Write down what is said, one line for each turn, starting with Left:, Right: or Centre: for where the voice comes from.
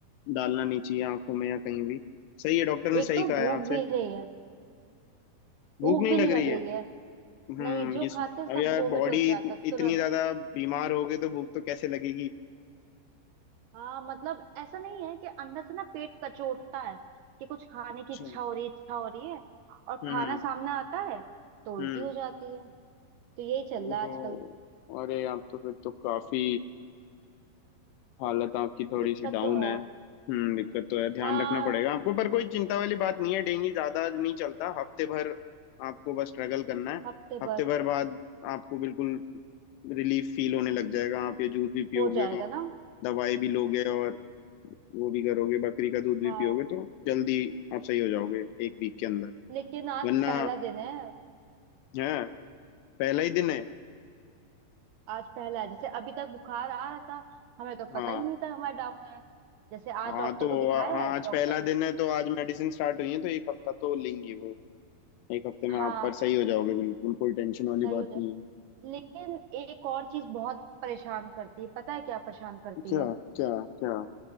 Left: डालना नहीं चाहिए आंखों में या कहीं भी सही है डॉक्टर ने सही
Right: एक तो
Left: कहा है
Right: भूख
Left: आपसे
Right: भी नहीं है
Left: भूख
Right: भूख
Left: नहीं
Right: भी
Left: लग
Right: नहीं
Left: रही
Right: लग रही
Left: है
Right: है
Left: हम्म
Right: नहीं जो
Left: ये
Right: खाते सब
Left: अब यार
Right: वोमिट
Left: बॉडी
Right: हो जाता है
Left: इतनी
Right: तुरंत
Left: ज्यादा बीमार हो गई तो भूख तो कैसे लगेगी
Right: हाँ मतलब ऐसा नहीं है कि अंदर से ना पेट कचोटता है कि कुछ खाने
Left: अच्छा।
Right: की इच्छा हो रही है इच्छा हो रही है और
Left: हम्म
Right: खाना सामने आता है तो उल्टी
Left: हम्म
Right: हो जाती है तो यही चल रहा
Left: ओहो
Right: है आजकल
Left: अरे आप तो फिर तो काफी हालत आपकी थोड़ी
Right: दिक्कत
Left: सी डाउन
Right: तो
Left: है
Right: है
Left: हम्म दिक्कत तो है ध्यान
Right: हाँ
Left: रखना पड़ेगा आपको पर कोई चिंता वाली बात नहीं है डेंगू ज्यादा नहीं चलता हफ्ते भर आपको बस स्ट्रगल करना है
Right: हफ्ते
Left: हफ्ते
Right: भर
Left: भर बाद आपको बिल्कुल रिलीफ फील होने लग जाएगा आप ये जूस भी पियोगे
Right: हो जाएगा
Left: और
Right: ना
Left: दवाई भी लोगे और वो भी करोगे बकरी का दूध भी
Right: हाँ
Left: पियोगे तो जल्दी आप सही हो जाओगे एक वीक के अंदर
Right: लेकिन आज
Left: वरना
Right: पहला दिन है
Left: है पहला ही दिन है
Right: आज पहला है जैसे अभी तक बुखार आ रहा था हमें तो पता
Left: हाँ
Right: ही नहीं था हमारा डाउन है जैसे आज
Left: हाँ
Right: डॉक्टर
Left: तो
Right: को दिखाया
Left: आ- हाँ
Right: है डॉक्टर
Left: आज पहला
Right: ने
Left: दिन
Right: बताया
Left: है तो आज मेडिसिन स्टार्ट हुई है तो एक हफ्ता तो लेंगी वो एक हफ्ते में
Right: हाँ
Left: आप पर सही हो जाओगे बिल्कुल कोई टेंशन वाली
Right: सही
Left: बात
Right: हो जाए
Left: नहीं है
Right: लेकिन एक और चीज बहुत परेशान करती है पता है क्या परेशान करती
Left: क्या
Right: है
Left: क्या क्या